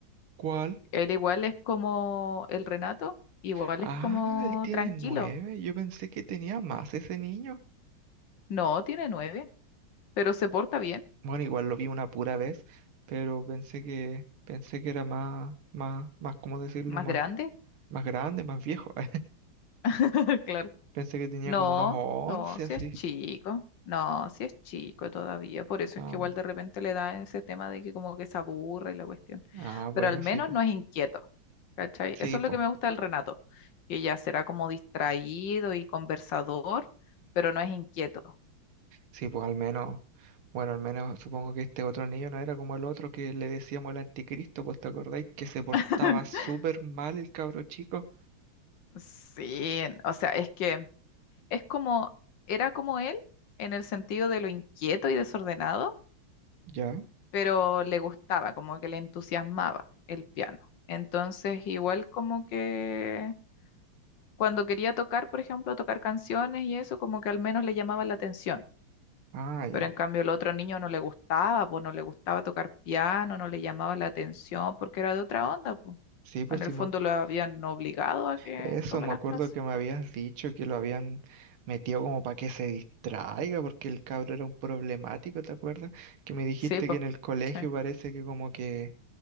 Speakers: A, on the right; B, on the left.
A: ¿Cuál?
B: él igual es como el Renato, igual
A: Ah,
B: es como
A: él tiene
B: tranquilo.
A: nueve. Yo pensé que tenía más ese niño.
B: No, tiene nueve, pero se porta bien,
A: Bueno, igual lo vi una pura vez, pero pensé que, pensé que era más, más, más, ¿cómo decirlo?
B: más
A: Más,
B: grande,
A: más grande, más viejo. <laughs>
B: <laughs> claro.
A: Pensé que tenía
B: No,
A: como unos once
B: no, si
A: así.
B: es chico, no, si es chico todavía, por eso
A: Ah,
B: es que igual de repente le da ese tema de que como que se aburre y la cuestión,
A: ah,
B: pero
A: bueno,
B: al menos
A: sí, po
B: no es inquieto, ¿cachai?
A: Sí,
B: Eso es
A: po
B: lo que me gusta del Renato, que ya será como distraído y conversador, pero no es inquieto.
A: Sí, pues al menos, bueno, al menos supongo que este otro niño no era como el otro que le decíamos el anticristo, pues ¿te acordáis que se portaba
B: <laughs>
A: súper mal el cabro chico?
B: Sí, o sea, es que es como, era como él en el sentido de lo inquieto y desordenado,
A: Ya.
B: pero le gustaba, como que le entusiasmaba el piano. Entonces, igual como que cuando quería tocar, por ejemplo, tocar canciones y eso, como que al menos le llamaba la atención.
A: Ah, ya.
B: Pero en cambio el otro niño no le gustaba, pues no le gustaba tocar piano, no le llamaba la atención porque era de otra onda, pues.
A: Sí, pues
B: En
A: sí,
B: el
A: me...
B: fondo
A: ac-
B: lo habían obligado a que
A: eso
B: tome
A: me
B: las
A: acuerdo
B: clases.
A: que me habías dicho que lo habían metido como para que se distraiga, porque el cabro era un problemático, ¿te acuerdas? Que me dijiste
B: Sí, pues.
A: que en el colegio
B: Sí,
A: parece que como que,